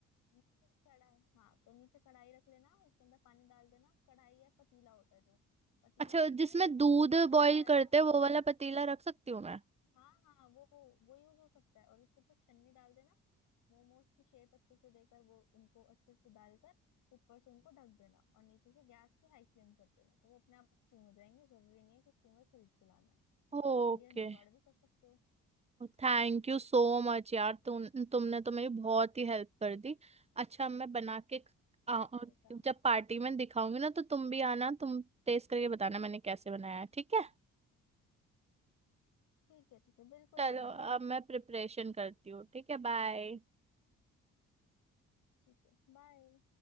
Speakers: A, on the left; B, on the right.
A: नीचे कढ़ाई हाँ तो नीचे कढ़ाई रख लेना उसके अंदर पानी डाल देना कढ़ाई या पतीला होता है जो पतीला
B: अच्छा
A: रखकर
B: जिसमें दूध
A: उस नीचे पानी
B: बॉईल
A: डालना
B: करते
A: उसके
B: हैं वो
A: ऊपर
B: वाला पतीला रख सकती हूँ मैं
A: हाँ हाँ वो वो यूज हो सकता है और उसके ऊपर छन्नी डाल देना मोमोज की शेप अच्छे से देकर वो उनको अच्छे से डालकर ऊपर से उनको ढक देना और नीचे से गैस की हाई फ्लेम कर देना तो वो अपने आप स्टीम हो जाएंगे जरूरी नहीं है कि स्टीमर खरीद के लाना है
B: Okay
A: तुम इंडियन जुगाड़ भी कर सकते हो
B: Thank you so much यार तुम तुमने तो मेरी बहुत ही हेल्प कर दी अच्छा मैं बना के आ,
A: मैंने कहा
B: जब पार्टी में दिखाऊंगी ना तो तुम भी आना तुम टेस्ट करके बताना मैंने कैसे बनाया है, ठीक है
A: ठीक है ठीक है बिल्कुल
B: चलो
A: आऊंगी
B: अब
A: मैं
B: मैं प्रिपरेशन करती हूँ ठीक है बाय
A: ठीक है बाय